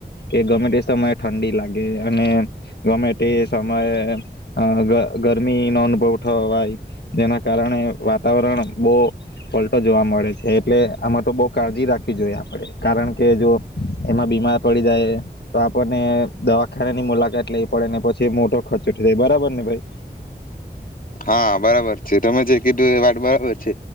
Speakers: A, on the left (about 70°); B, on the left (about 50°).
A: કે ગમે તે સમયે ઠંડી લાગે અને ગમે તે સમયે ગરમીનો અનુભવ થવાય જેના કારણે વાતાવરણ બહુ પલટો જોવા મળે છે એટલે આમાં તો બહુ કાળજી રાખવી જોઈએ આપણે કારણ કે જો એમાં બીમાર પડી જાય તો આપણને દવાખાના ની મુલાકાત લઈવી પડે ને પછી મોટો ખર્ચો થ જાય બરાબર ને ભાઈ
B: હા બરાબર છે તમે જે કીધું એ વાત બરાબર છે